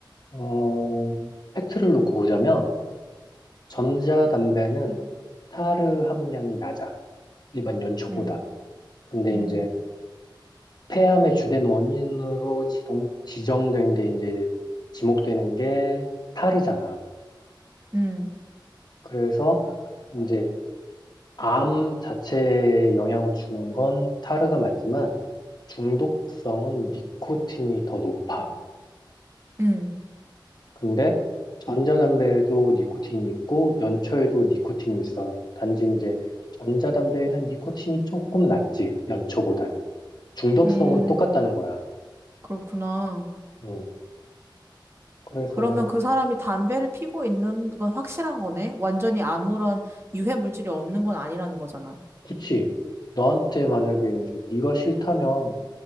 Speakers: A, on the left; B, on the right.
A: 어, 팩트를 놓고 보자면, 전자담배는 타르 함량이 낮아. 일반 연초보다.
B: 음,
A: 근데
B: 음,
A: 이제 폐암의 주된 원인으로 지동, 지정된 게 이제 지목되는 게 타르잖아.
B: 음,
A: 그래서 이제 암 자체에 영향을 주는 건 타르가 맞지만, 중독성은 니코틴이 더 높아.
B: 음,
A: 근데 전자담배에도 니코틴이 있고 연초에도 니코틴이 있어. 단지 이제 전자담배에는 니코틴이 조금 낮지, 연초보다는. 중독성은
B: 음,
A: 똑같다는 거야.
B: 그렇구나.
A: 음. 그래서
B: 그러면 그 사람이 담배를 피고 있는 건 확실한 거네? 완전히 아무런 유해 물질이 없는 건 아니라는 거잖아.
A: 그치. 너한테 만약에 이제 네가 싫다면